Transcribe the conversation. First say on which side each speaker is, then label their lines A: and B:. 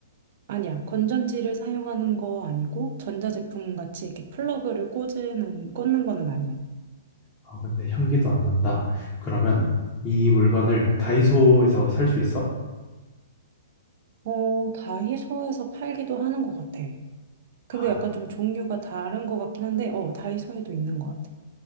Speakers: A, on the right; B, on the left.
A: 아니야. 건전지를 사용하는 거 아니고, 전자제품 같이 이렇게 플러그를 꽂는, 꽂는 거는 아니야.
B: 아, 근데 향기도 안 난다. 그러면
A: 음.
B: 이 물건을 다이소에서 살 수 있어?
A: 어, 다이소에서 팔기도 하는 것 같아. 근데
B: 아,
A: 약간 좀 종류가 다른 것 같긴 한데, 어, 다이소에도 있는 것 같아.